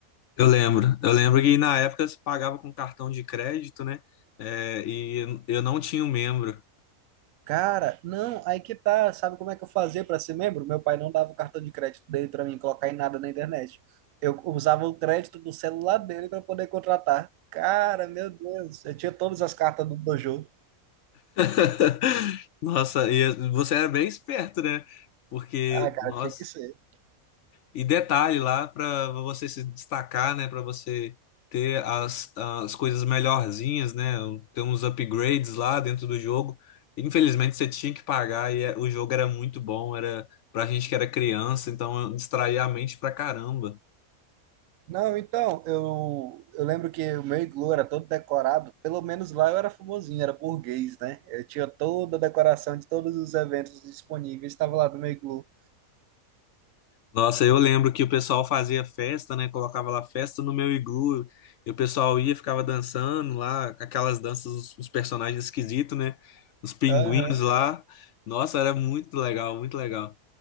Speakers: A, on the left (about 65°); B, on the right (about 70°).
A: Eu lembro, eu lembro que na época você pagava com cartão de crédito, né? É, e eu não tinha um membro.
B: Cara, não, aí que tá. Sabe como é que eu fazia para ser membro? Meu pai não dava o cartão de crédito dele para mim colocar em nada na internet. Eu usava o crédito do celular dele para poder contratar. Cara, meu Deus, eu tinha todas as cartas do, do jogo.
A: <laughs> Nossa, e você era bem esperto, né? Porque,
B: Ah, cara,
A: nossa,
B: tinha que ser.
A: E detalhe lá para você se destacar, né? Para você ter as, as coisas melhorzinhas, né? Ter uns upgrades lá dentro do jogo. Infelizmente você tinha que pagar e é- o jogo era muito bom, era pra gente que era criança, então distraía a mente pra caramba.
B: Não, então, eu, eu lembro que o meu iglu era todo decorado, pelo menos lá eu era famosinho, era burguês, né? Eu tinha toda a decoração de todos os eventos disponíveis, estava lá no meu iglu.
A: Nossa, eu lembro que o pessoal fazia festa, né? Colocava lá festa no meu iglu, e o pessoal ia, ficava dançando lá, com aquelas danças, os os personagens esquisitos, né? Os pinguins
B: Aham.
A: lá. Nossa, era muito legal, muito legal.